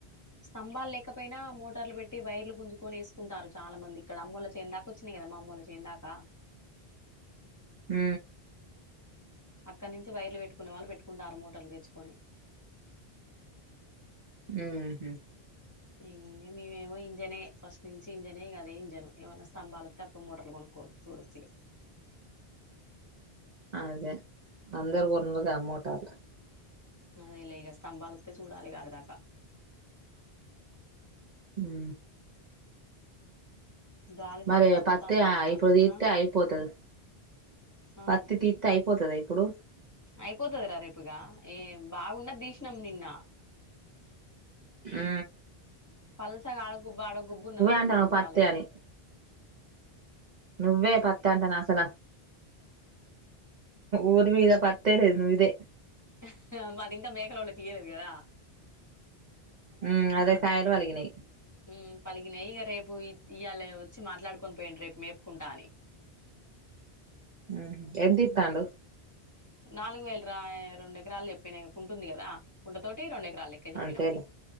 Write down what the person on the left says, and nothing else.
స్తంభాలు లేకపోయినా మోటార్లు పెట్టి వైర్లు గుంజుకొనిసుకుంటారు చాలా మంది ఇక్కడ అమ్మల చెను దాకా వచ్చింది కదా మా అమ్మోల్లా చెను దాకా
అక్కడ నుంచి వైర్లు పెట్టుకునే వాళ్ళు పెట్టుకుంటారు మోటర్లు తెచ్చుకొని
ఇంగ మీము ఏమో ఇంజనే ఫస్ట్ నుంచి ఇంజనే గదే ఇంజన్ ఏమైనా స్తంభాలు వస్తే అప్పుడు మోటర్లు కొనుక్క కో చూడచ్చు ఇగ
అదెలే ఇగ స్తంభాలు వస్తే చూడాలి ఇగ అడిదాక
గాలి
చల్లగా వత్తాంది
బయట
ఆ
ఆ
అయిపోతది రా రేపు ఇగ ఏ బాగున్నది తీసినాం నిన్న
పల్సగా ఆడగుబ్బు ఆడగుబ్బు ఉన్నది ఒక
రెండు మూడు
సళ్ళకి
హుహ మాది ఇంకా మేకలొల్లకి ఇయ్యలేదు కదా
హహ
ఉ పలిగినాయి ఇగ రేప్ ప్ ఇయ్యాలే వచ్చి మాట్లాడుకొని పోయిండు రేపు మేపుకుంటా అని
నాలుగు వేలు రా రెండు ఎకరాలు చెప్పిన ఇగ కుంటుంది కదా కుంటతోటి రెండు ఎక్ ఎకరాలు లెక్క చెప్పినాము